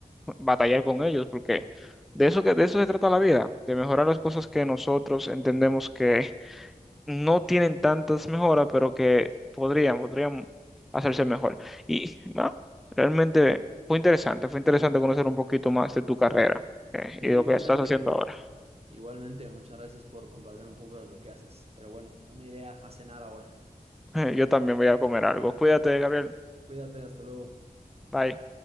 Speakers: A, in the centre; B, on the right.
A: batallar con ellos, porque de eso que, de eso se trata la vida, de mejorar las cosas que nosotros entendemos que no tienen tantas mejoras, pero que podrían, podrían hacerse mejor. Y <laughs> ¿no? realmente fue interesante, fue interesante conocer un poquito más de tu carrera eh,
B: E
A: y de lo
B: igualmente,
A: que estás haciendo ahora.
B: igualmente, muchas gracias por compartir un poco de lo que haces, pero bueno, ya me iré a a cenar ahora.
A: <laughs> Yo también voy a comer algo. Cuídate, Gabriel.
B: Cuídate, hasta luego.
A: Bye.